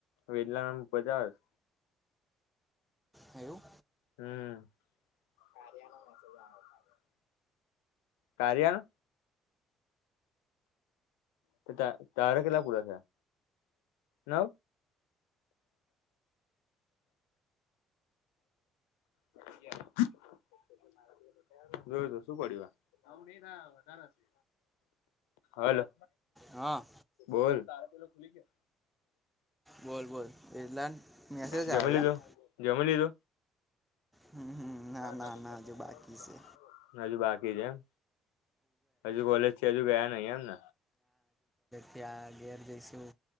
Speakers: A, on the left; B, in the centre.
A: વેદલામ બતાવેછ.
B: હેવુ.
A: હમ. કાર્યાનો મેસેજ આયો કાર્યાનો. કાર્યાનો? તે તા તારે કેટલા પૂરા થયા? નવ. નવ. <unintelligible> <unintelligible> <inaudible> જો તો શું પડ્યું આ? નવની થયા વધાર હશે. હલો.
B: હન.
A: બોલ. તાર પેલો ખુલી ગ્યો?
B: બોલ, બોલ. એતલાન મેસેજ
A: જમી
B: આયો
A: લીધું
B: એમ.
A: જમી લીધું
B: હમ હમ ના
A: <unintelligible>
B: ના ના હજુ બાકી છે
A: હજુ બાકી છે એમ. હજુ કોલેજ થી હજુ ગયા નઈ એમ ન.
B: ત્યા ઘેર જઈશું.